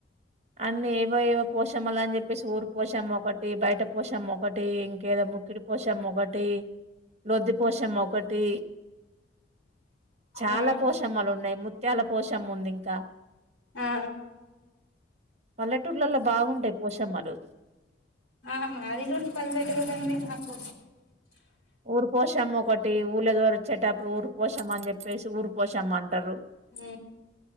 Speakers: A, on the right; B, on the left.
A: అన్నీ ఏవో ఏవో పోషామల అని చెప్పేసి ఊరు పోసామ ఒకటి బయట పోషమ్మ ఒకటి ఇంకేదో ముక్కిడి పోశమ్మ ఒకటి లోధి పోషమ్మ మ ఒకటి చాలా
B: ఆ
A: పోషమ్మలు ఉన్నాయి ముత్యాల పోషమ్మ ఉంది ఇంకా
B: ఆ
A: పల్లెటూళ్లలో బాగుంటాయి పోషమ్మలు
B: ఆ మాదికూడా పల్లెటూరె అండి నాకు
A: ఊరు పోషామ్మ ఒకటి ఊళ్ళ ద్వర వచ్చేట ఇప్పుడు ఊరు పోసామ్మ అని చెప్పేసి ఊరి పోసామ్మ అంటారు
B: అ